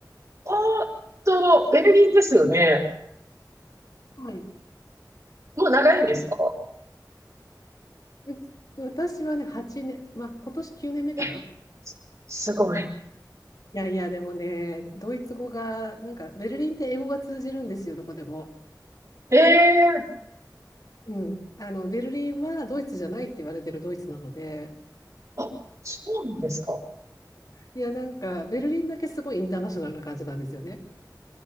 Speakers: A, on the right; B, on the left.
A: おーっと、ベルギーですよね。
B: はい。
A: もう長いんですか
B: うち私はね、8年、まあ今年9年目かな。
A: え、すすごい。
B: いやいや、でもね、ドイツ語が、なんかベルリンって英語が通じるんですよ、どこでも。
A: ええー、
B: うん、あのベルリンはドイツじゃないって言われてるドイツなので、
A: あ、そうなんですか。
B: いや、なんかベルリンだけすごいインターナショナルな感じなんですよね。